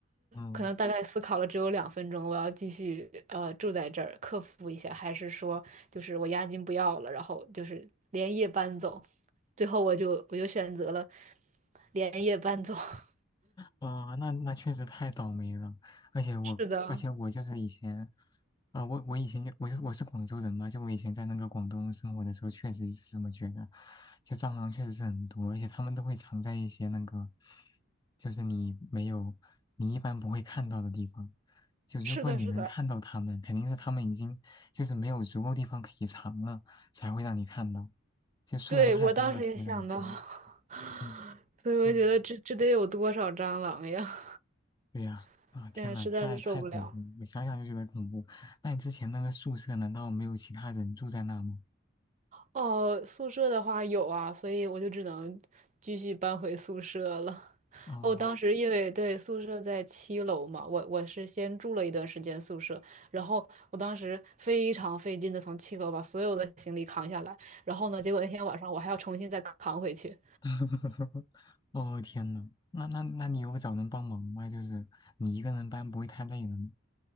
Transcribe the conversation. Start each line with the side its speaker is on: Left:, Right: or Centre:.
Left: 嗯。
Right: 可能大概思考了只有两分钟，我要继续呃住在这儿，克服一下，还是说就是我押金不要了，然后就是连夜搬走。最后我就我就选择了连夜搬走。<laughs>
Left: 啊，那那确实太倒霉了，而且我，
Right: 是的，
Left: 而且我就是以前，啊、我我以前就我是我是广州人嘛，就我以前在那个广东生活的时候，确实是这么觉得，就蟑螂确实是很多，而且它们都会藏在一些那个，就是你没有，你一般不会看到的地方，就如果你能看到它们，
Right: 是的，是的，
Left: 肯定是它们已经就是没有足够地方可以藏了，才会让你看到，就数量太多了才会让你看到，
Right: 对，我当时也想到，<laughs>
Left: 嗯。
Right: 所以我觉得这这得有多少蟑螂呀？
Left: 嗯。对呀，
Right: <laughs>
Left: 啊，天呐，
Right: 现在实在是受不了。
Left: 太太恐怖了，我想想就觉得恐怖。那你之前那个宿舍难道没有其他人住在那吗？
Right: 哦，宿舍的话有啊，所以我就只能继续搬回宿舍了。
Left: 哦，
Right: 哦，当时因为对宿舍在七楼嘛，我我是先住了一段时间宿舍，然后我当时非常费劲的从七楼把所有的行李扛下来，然后呢，结果那天晚上我还要重新再扛回去，
Left: <laughs> 哦，天呐，那那那你有找人帮忙吗？就是你一个人搬不会太累了吗？